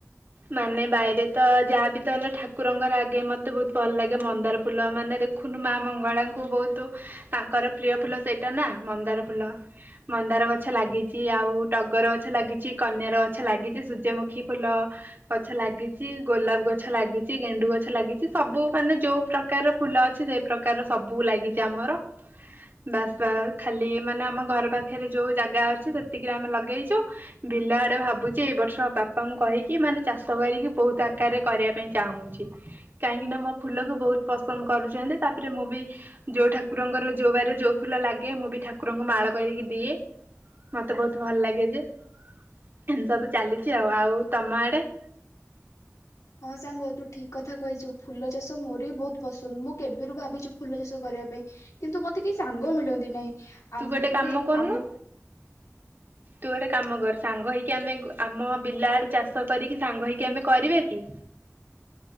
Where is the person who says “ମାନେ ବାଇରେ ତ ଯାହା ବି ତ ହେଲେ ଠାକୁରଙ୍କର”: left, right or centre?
Right